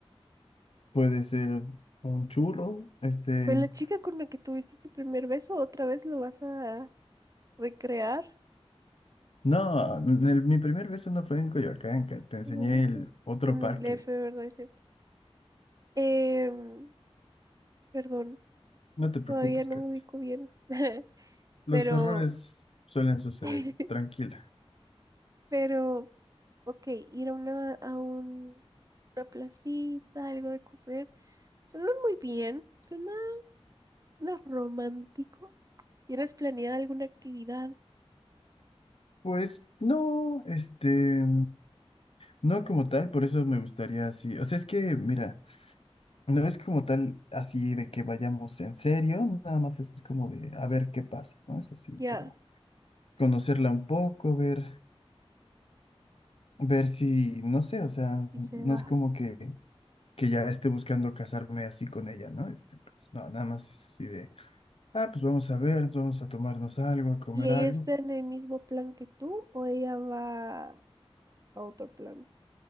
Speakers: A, on the left; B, on the right.
A: puede ser un churro. Este,
B: Pues la chica con la que tuviste tu primer beso, otra vez lo vas a recrear.
A: no, el- mi primer beso no fue en Coyoacán, Kat, Te enseñé
B: ¿En dónde
A: el
B: fue?
A: otro
B: En
A: parque.
B: el DF, ¿verdad? Es cierto. Em, perdón,
A: No te preocupes,
B: todavía no
A: Kat.
B: me ubico bien. <laughs>
A: Los
B: Pero,
A: errores suelen suceder,
B: <laughs>
A: tranquila.
B: pero, ok, ir a una, a un, una placita, algo de comer. Suena muy bien, suena, suena romántico. ¿Tienes planeada alguna actividad?
A: Pues no, este... No como tal, por eso me gustaría así. O sea, es que, mira, no es como tal así de que vayamos en serio, nada más es como de a ver qué pasa, ¿no? Es así
B: Ya,
A: como conocerla un poco, ver, ver si, no sé, o sea,
B: y se
A: no
B: da.
A: es como que, que ya esté buscando casarme así con ella, ¿no? Este, pues, no, nada más es así de, ah, pues vamos a ver, vamos a tomarnos algo, a comer
B: ¿Y ella
A: algo.
B: está en el mismo plan que tú o ella va a otro plan?